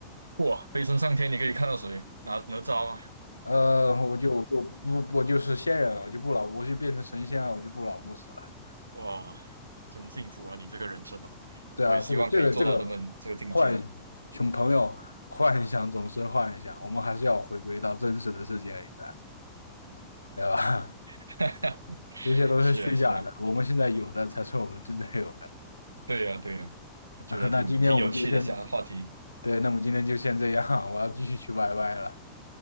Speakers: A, on the right; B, on the left.
A: 哇，飞升上天，你可以看到谁？哪哪吒吗？
B: 呃，我就我就不我就是仙人了，我就不老，我就变成神仙了，我就不老不死了。
A: 哇，真幸福啊！你这个人生，
B: 对啊，
A: 我也希望可以做到他们这个境界。
B: 这个这个这个幻熊朋友幻想总是幻想，我们还是要回归到真实的世界里的，对吧？
A: <laughs>
B: <laughs> 这些都是虚假的，
A: 是啊，是啊，
B: 我们现在有的才是我们真正有的。
A: 对呀，对呀，我觉得挺挺有趣的，
B: <laughs> 那今天我们就先，
A: 下话题，
B: 对，那么今天就先这样，我要继续去 YY 了。